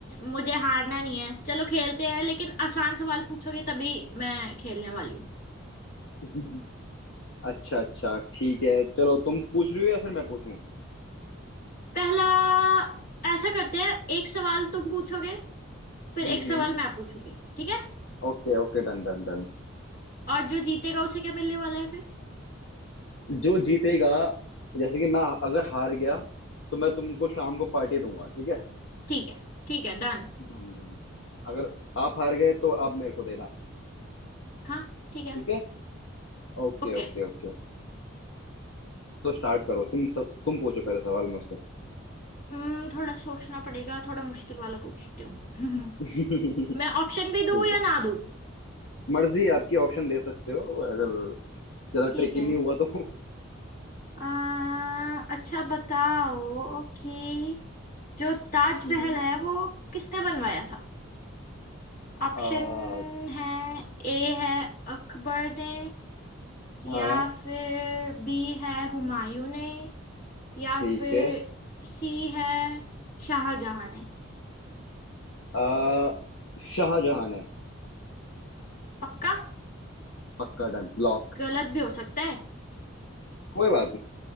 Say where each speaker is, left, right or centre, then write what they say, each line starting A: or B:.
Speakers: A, on the left; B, on the left.
A: मुझे हारना नहीं है चलो खेलते हैं लेकिन आसान सवाल पूछोगे तभी मैं खेलने वाली हूँ
B: हम्म <laughs> अच्छा अच्छा ठीक है चलो तुम पूछ रही हो या फिर मैं पूछूं
A: पहला ऐसा करते हैं एक सवाल तुम पूछोगे फिर
B: हम्म
A: एक सवाल
B: हम्म
A: मैं पूछूंगी ठीक है
B: Okay okay done done done
A: और जो जीतेगा उसे क्या मिलने वाला है फिर
B: जो जीतेगा जैसे कि मैं अगर हार गया तो मैं तुमको शाम को पार्टी दूंगा ठीक है
A: ठीक है ठीक है डन
B: Done done अगर आप हार गए तो आप मेरे को देना
A: हाँ ठीक है
B: ठीक है Okay
A: ओके
B: okay okay तो स्टार्ट करो तुम सब तुम पूछो पहले सवाल मुझसे
A: हम्म थोड़ा सोचना पड़ेगा थोड़ा मुश्किल वाला पूछती हूँ
B: <laughs> ठीक
A: <laughs> मैं ऑप्शन भी दूँ या
B: है
A: ना दूँ
B: मर्जी है, आपकी ऑप्शन दे सकते हो अगर ज्यादा
A: ठीक
B: ट्रिकी
A: है
B: नहीं हुआ तो
A: आ, अच्छा बताओ कि जो ताजमहल
B: हम्म
A: है वो किसने बनवाया था ऑप्शन
B: आ,
A: है ए है अकबर ने
B: हाँ
A: या फिर बी है हुमायूं ने या
B: ठीक
A: फिर
B: है
A: सी है शाहजहां ने
B: आ, शाहजहां है
A: पक्का
B: पक्का डन लॉक
A: गलत भी हो सकता है
B: कोई बात